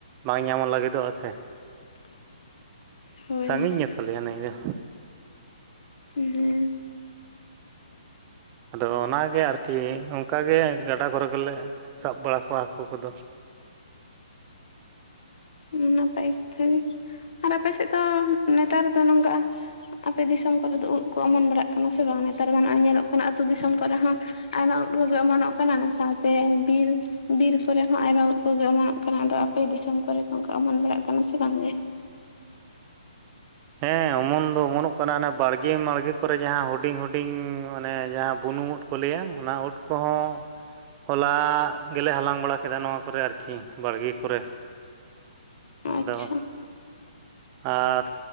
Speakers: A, on the right; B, on the left.
A: ᱵᱟᱝ ᱧᱟᱢᱚᱜ ᱞᱟᱹᱜᱤᱫᱚᱜᱼᱟ ᱥᱮ᱾
B: <inaudible> ᱦᱳᱭ
A: ᱥᱟᱺᱜᱤᱧ ᱜᱮ ᱛᱟᱞᱮᱭᱟ ᱱᱟᱹᱭ ᱫᱚ᱾
B: ᱦᱩᱸᱻ ᱦᱩᱻᱸ᱾
A: ᱟᱫᱚ ᱚᱱᱟ ᱜᱮ ᱟᱹᱨᱠᱤ, ᱚᱱᱠᱟ ᱜᱮ ᱜᱟᱰᱟ ᱠᱚᱨᱮ ᱜᱮᱞᱮ ᱥᱟᱵ ᱵᱟᱲᱟ ᱠᱚᱣᱟ ᱦᱟᱹᱠᱩ ᱠᱚᱫᱚ᱾
B: ᱩᱸ ᱱᱟᱯᱟᱭ ᱠᱟᱛᱷᱟ ᱜᱮ᱾ ᱟᱨ ᱟᱯᱮᱥᱮᱫ ᱫᱚ ᱱᱮᱛᱟᱨ ᱫᱚ ᱱᱚᱝᱠᱟ ᱟᱯᱮ ᱫᱤᱥᱚᱢ ᱠᱚᱨᱮ ᱫᱚ ᱩᱫ ᱠᱚ ᱚᱢᱚᱱ ᱵᱟᱲᱟᱜ ᱠᱟᱱᱟ ᱥᱮ ᱵᱟᱝ? ᱱᱮᱛᱟᱨ ᱢᱟ ᱱᱚᱜᱼᱚᱭ ᱧᱮᱞᱚᱜ ᱠᱟᱱᱟ ᱟᱹᱛᱩ ᱫᱤᱥᱚᱢ ᱠᱚᱨᱮ ᱦᱚᱸ ᱟᱭᱢᱟ ᱩᱫ ᱠᱚᱜᱮ ᱚᱢᱚᱱᱚᱜ ᱠᱟᱱᱟ᱾ ᱚᱱᱟ ᱥᱟᱶᱛᱮ ᱵᱤᱨ, ᱵᱤᱨ ᱠᱚᱨᱮ ᱦᱚᱸ ᱟᱭᱢᱟ ᱩᱫ ᱠᱚᱜᱮ ᱚᱢᱚᱱᱚᱜ ᱠᱟᱱᱟ᱾ ᱟᱫᱚ ᱟᱯᱮ ᱫᱤᱥᱚᱢ ᱠᱚᱨᱮ ᱜᱮ ᱚᱱᱠᱟ ᱚᱢᱚᱱ ᱵᱟᱲᱟᱜ ᱠᱟᱱᱟ ᱥᱮ ᱵᱟᱝ ᱜᱮ?
A: ᱦᱮᱸ ᱚᱢᱚᱱ ᱫᱚ ᱚᱢᱚᱱᱚᱜ ᱠᱟᱱᱟ, ᱚᱱᱟ ᱵᱟᱲᱜᱮ ᱢᱟᱲᱜᱮ ᱠᱚᱨᱮ ᱡᱟᱦᱟᱸ ᱦᱩᱰᱤᱧ ᱦᱩᱰᱤᱧ ᱢᱟᱱᱮ ᱡᱟᱦᱟᱸ ᱵᱩᱱᱩᱢ ᱩᱫ ᱠᱚ ᱞᱟᱹᱭᱼᱟ, ᱚᱱᱟ ᱩᱫ ᱠᱚᱦᱚᱸ ᱦᱚᱞᱟ ᱜᱮᱞᱮ ᱦᱟᱞᱟᱝ ᱵᱟᱲᱟ ᱠᱮᱫᱟ᱾ ᱱᱚᱣᱟ ᱠᱚᱨᱮ ᱟᱨᱠᱤ ᱵᱟᱲᱜᱮ ᱠᱚᱨᱮ ᱟᱫᱚ
B: ᱟᱪᱪᱷᱟ
A: ᱟᱨ